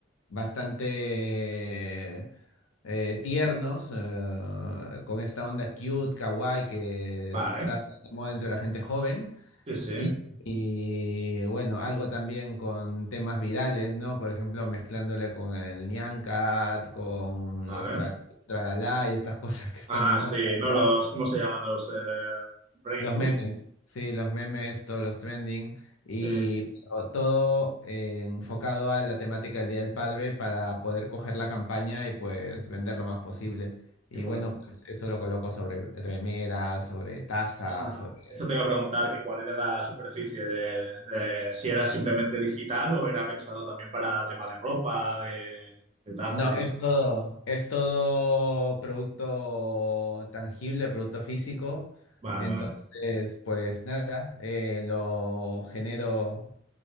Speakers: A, on the left (about 90°); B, on the right (about 30°).
A: bastante eh, tiernos eh, con esta onda cute, kawaii que
B: Vale,
A: está tan de moda entre la gente joven.
B: sí, sí,
A: Y, y, bueno, algo también con temas virales, ¿no? Por ejemplo, mezclándole con el Nyan Cat, con
B: vale.
A: los tra- tralalá y estas <laughs> cosas que están
B: Ah,
A: de moda.
B: sí, no
A: ¿ya?
B: los, ¿cómo se llaman los eh, Brain
A: Los
B: Root?
A: memes, sí, los memes, todos los trending. Y
B: Sí, sí,
A: pero
B: sí,
A: todo eh, enfocado a la temática del Día del Padre para poder coger la campaña y pues vender lo más posible. Y
B: qué bueno.
A: bueno, pues eso lo coloco sobre remeras, sobre tazas,
B: Ah,
A: sobre...
B: eso te iba a preguntar, que cuál era la superficie de, de- si era simplemente digital o era pensado también para tema de ropa, de, de tazas
A: No,
B: y eso.
A: es todo, es todo producto tangible, producto físico.
B: Vale,
A: Entonces,
B: vale.
A: pues nada, eh, lo genero